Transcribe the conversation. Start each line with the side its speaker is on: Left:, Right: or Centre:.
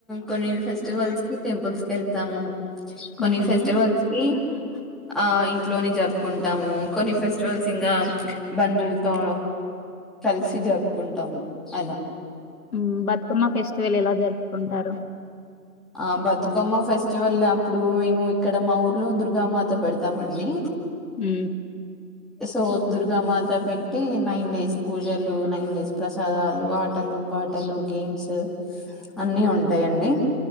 Centre: కొన్ని ఫెస్టివల్స్ కి టెంపుల్స్ కెళ్తాము కొన్ని
Left: మ్,
Centre: ఫెస్టివల్స్ కి ఆ ఇంట్లోనే జరుపుకుంటాము, కొన్ని ఫెస్టివల్స్ ఇంకా బంధువులతో కలిసి జరుపు కుంటాము అలా
Left: మ్ బతుకమ్మ ఫెస్ట్ ళ్ళ ఎలా జరుపుకుంటారు
Centre: ఆ బతుకమ్మ ఫెస్టివల్ అప్పుడు మేము ఇక్కడ మా ఊర్లో దుర్గామాత పెడతామండి
Left: మ్
Centre: సో దుర్గామాత పెట్టి నైన్ డేస్ పూజలు న ప్రసాదాలు ఆటలు పాటలు గేమ్స్ అన్ని ఉంటాయండి